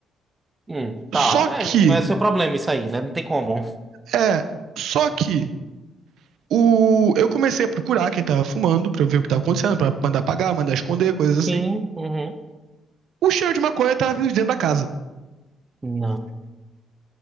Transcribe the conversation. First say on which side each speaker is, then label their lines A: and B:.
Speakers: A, on the right (about 20°); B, on the right (about 75°).
A: Hum, tá,
B: Só que,
A: é, não é seu problema isso aí, né? Não tem como.
B: é, só que o eu comecei a procurar quem tava fumando pra ver o que tava acontecendo, pra mandar apagar, mandar esconder, coisas assim.
A: Sim, uhum.
B: O cheiro de maconha tava vindo de dentro da casa.
A: Não.